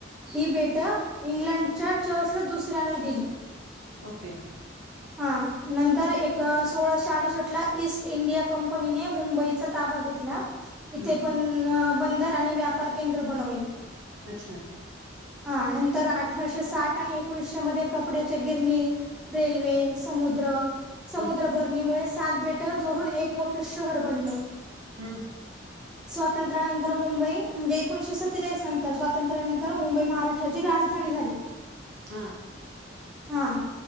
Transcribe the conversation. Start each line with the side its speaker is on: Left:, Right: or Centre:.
Centre: ही भेटं इंग्लंडच्या चर्सला दुसऱ्यांना दिली.
Right: ओके.
Centre: हा नंतर एक सोळाशे अडुसष्ट ला ईस्ट इंडिया कंपनीने मुंबईचा ताबा घेतला. इथे
Right: हं
Centre: ब बंदर आणि व्यापार केंद्र बनवले.
Right: अच्छा!
Centre: हा नंतर अठराशे साठ आणि एकोणीशे मध्ये कपड्याच्या गिरणी रेल्वे समुद्र समुद्रभर
Right: हं
Centre: णीमुळे सात बेट जोडून एक मोठं शहर बनलं.
Right: हम्म
Centre: स्वातंत्र्यानंतर मुंबई म्हणजे एकोणीशे सत्तेचाळीस नंतर स्वातंत्र्यानंतर मुंबई महाराष्ट्र राजधानी झाली.
Right: हा
Centre: हा